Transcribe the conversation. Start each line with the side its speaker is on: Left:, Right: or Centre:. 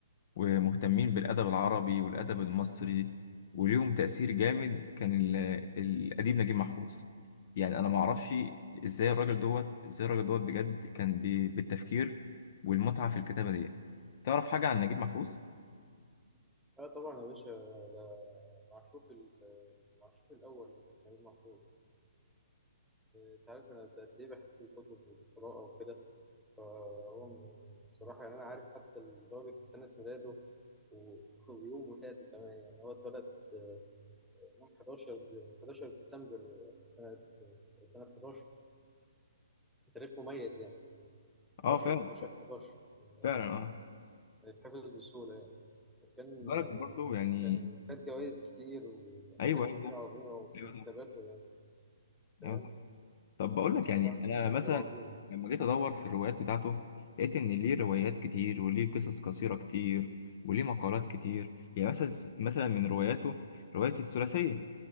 Left: ومهتمين بالادب العربي والادب المصري وليهم تاثير جامد كان ال- الاديب نجيب محفوظ يعني انا ما اعرفش ازاي الراجل دوت ازاي الراجل دوت بجد كان بي- بالتفكير والمتعه في الكتابه ديت تعرف حاجه عن نجيب محفوظ
Centre: لا طبعا يا باشا ده معشوق ال- المعشوق الأول ده نجيب محفوظ أنت عارف أنا قد إيه بحب الكتب والقراءة وكده فهو من- بصراحة يعني أنا عارف حتى درجة سنة ميلاده و- ويوم ولاده كمان يعني هو اتولد آه، يوم 11 د- 11 ديسمبر سنة سنة 11 تاريخ مميز يعني 11
Left: اه فعلا
Centre: 12 11 يعني
Left: فعلا اه
Centre: يتحفظ بسهولة يعني. وكان
Left: بالك
Centre: يعني
Left: برضه يعني
Centre: كان خد جوائز كتير وحاجات
Left: ايوه
Centre: كتير
Left: ايوه
Centre: عظيمة
Left: ايوه
Centre: من
Left: صح،
Centre: كتاباته يعني فاهم
Left: ايوه صح. طب بقول لك
Centre: بصراحة
Left: يعني انا
Centre: كان
Left: مثلا
Centre: راجل عظيم
Left: لما جيت ادور في الروايات بتاعته لقيت ان ليه روايات كتير وليه قصص قصيره كتير وليه مقالات كتير يعني مثلا مثلا من رواياته روايه الثلاثيه